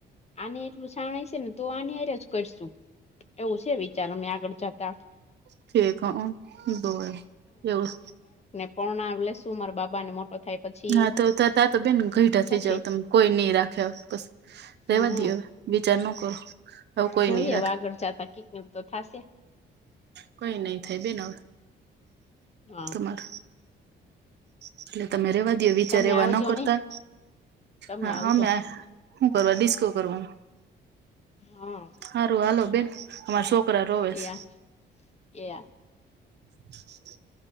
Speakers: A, on the left (about 35°); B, on the right (about 60°).
A: આને એટલું સાણ હયસે ને તો આની હાયરે જ કરશું. એવું છે વિચાર અમે આગળ જાતા
B: ઠેક હઅ બવ એવું
A: પણાવ લેશું મારા બાબા ને મોટો થાય પછી
B: હા તો તા તો બેન ઘઈઢા થઈ
A: પછી
B: જાવ તમે કોઈ નઈ રાખે હવે પસી રેવા
A: હા
B: દયો હવે વિચાર ન કરો. હવે કોઈ
A: જોઈએ
B: નઈ
A: હવે આગળ જતા કિક એવું તો થાશે.
B: કંઇ નહીં થાય બેન હવે
A: હા
B: તમાર એટલે તમે રેવા દયો વિચાર
A: તમે
B: એવા
A: આવજો
B: ન કરતા.
A: ને તમે
B: હા
A: આવજો
B: અમે હું કરવા, ડિસ્કો કરવા.
A: હા.
B: હારું હાલો બેન અમાર છોકરા રોવેેશ.
A: એ એ હા
B: <inaudible>